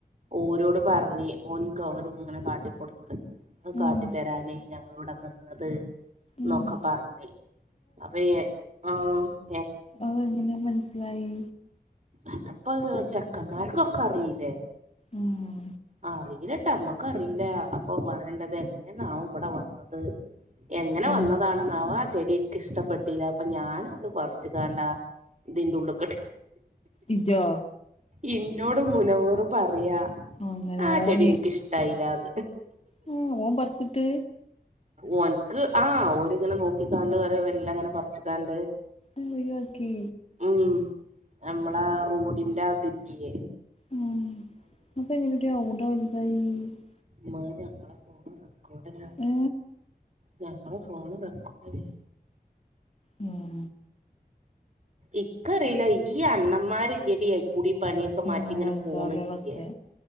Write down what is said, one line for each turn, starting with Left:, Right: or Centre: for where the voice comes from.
Right: ഓരോട് പറഞ്ഞ് ഓൻക് ഓര് ഇങ്ങനെ കാട്ടിക്കൊടുത്തത് ഇത് കാട്ടിത്തരാനേയ്
Left: ഉം
Right: ഞങ്ങള് ഇവിടെ നിന്നത്
Left: ഉം
Right: നൊക്കെ പറഞ്ഞ് അപ്പ ഈ ആ <unintelligible>
Left: അത് എങ്ങനെ മനസ്സിലായി
Right: അത്പ്പ ചെക്കന്മാർക്കൊക്കെ അറീല്ലേ
Left: ഉം
Right: ആ അറീലട്ട മ്മക്ക്‌ ക്കറിയില്ല അപ്പൊ പറയേണ്ടത് എങ്ങനേന്നാവും ഇവിടെ വന്നത് എങ്ങനെ വന്നതാണ്ന്നാവോ
Left: ഉം
Right: ആ ചെടിക്ക് ഇഷ്ടപ്പെട്ടില്ല അപ്പൊ ഞാനത് പറിച്ച് കണ്ടാ ഇതിന്റെ ഉള്ളക്കെട്ട്
Left: ഇജ്ജോ
Right: ഇന്നോട് മുനവ്വറ് പറയാ
Left: അങ്ങനെ
Right: ആ
Left: ഓന്
Right: ചെടി എനിക്ക്ഷ്ടായില്ലാന്ന്
Left: ആ ഓൻ പറിച്ചിട്ട്
Right: ഓന്ക്ക് ആ ഓരിങ്ങനെ നോക്കിക്കാണ്ട് ഒറെ വെല്ല ഇങ്ങനെ പറച്ചിക്കാണ്ട്
Left: മ്മ്ഹ് ഒയിവാക്കി
Right: ഉം നമ്മള റോഡിന്റെ അതിരില്ലേ
Left: ഉം അപ്പങെനെടി അവ്ടെ വല്തായി <unintelligible>
Right: മ്മ്ഹ് ഞമ്മളെ ഫോണ് റെക്കോർഡല്ലാ
Left: ഏ
Right: ഞമ്മളെ ഫോണ് റെക്കോർഡാണ്
Left: ഉം
Right: ഇക്കറിയില്ല ഈ അണ്ണന്മാരില്ലടി കുടി പണിയൊക്കെ
Left: ആ
Right: മാറ്റി ഇങ്ങനെ
Left: ബംഗാളികളൊക്കെ
Right: പോണ്ലേ